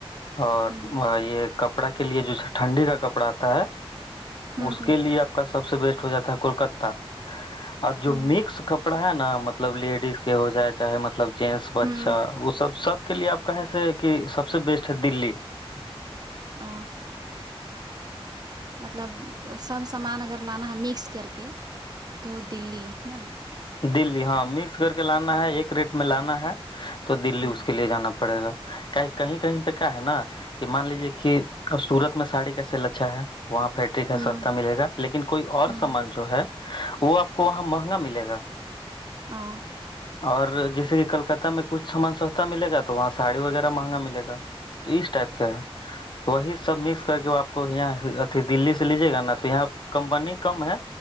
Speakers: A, on the left; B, on the right.
A: اور
B: ہوں
A: یے کپڑا کے لیے جو ٹھنڈی کا کپڑا آتا ہے
B: ہوں
A: اس کے لیے آپ کا سب سے بیسٹ ہو جاتا ہے کولکتا اور جو
B: ہوں ہوں
A: مکس کپڑا ہے نا مطلب لیڈیز کے ہو جاتا ہے چاہے مطلب جنٹس بچہ
B: ہوں
A: وہ سب سب کے لیے آپ کہیں سے کہ سب سے بیسٹ ہے دلی
B: آ مطلب سب سامان اگر لانا ہے مکس کر کے تو دلی نہ
A: دللی ہاں مکس کر کے لانا ہے ایک ریٹ میں لانا ہے تو دللی
B: ہوں
A: اس کے لیے جانا پڑے گا کا کہیں کہیں پے کیا ہے نا کہ مان لیجیے کی اور سورت میں ساڑی کا سیل اچھا ہے وہاں فیکٹری
B: ہوں
A: کا سستا ملے گا لیکن کوئی اور
B: ہوں
A: سامان جو ہے وہ آپ کو وہاں مہنگا ملے گا
B: ہاں
A: اور جیسے کی کلکتہ میں کچھ سامان سستا ملے گا تو وہاں ساڑی وغیرہ مہنگا ملے گا اس ٹائپ کے ہے وہی سب مکس کر کے آپ کو یہاں اھی دلی سے لیجے گا نا تو یہاں کمپنی کم ہے